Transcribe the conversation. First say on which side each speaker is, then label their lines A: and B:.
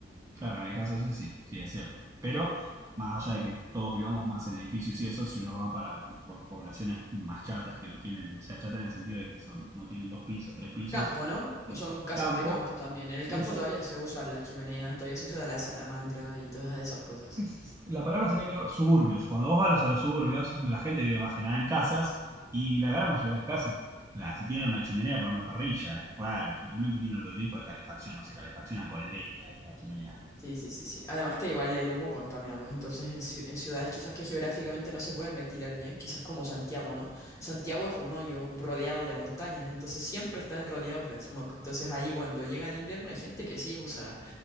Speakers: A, on the right; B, on the left.
A: Claro, en el caso ese sí. Sí, es cierto. Pero más allá de que todos vivamos más en edificios y eso, si uno va para lu- po- poblaciones más chatas que no tienen, o sea, chata en el sentido de que son, no tienen dos pisos, tres pisos,
B: Campo, ¿no? O
A: sí,
B: son casas
A: campo,
B: de campo también. En el
A: eso,
B: campo todavía se usan las chimeneas, todavía se usa la salamandra y todas esas cosas.
A: es- la palabra sería, creo, suburbios. Cuando vos vas a los suburbios, la gente vive más que nada en casas y la gran mayoría de las casas, la- si tienen una chimenea para una parrilla, es raro. Generalmente tienen otro tipo de calefacción, no se calefaccionan con leña y una chimenea.
B: Sí, sí, sí, sí. Además que igual el humo contamina, pues entonces en, ciu- en ciudades quizás que geográficamente no se pueden ventilar bien, quizás como Santiago, ¿no? Santiago es un hoyo rodeado de montañas, entonces siempre están rodeados de smog. Entonces ahí cuando llega el invierno hay gente que sí usa,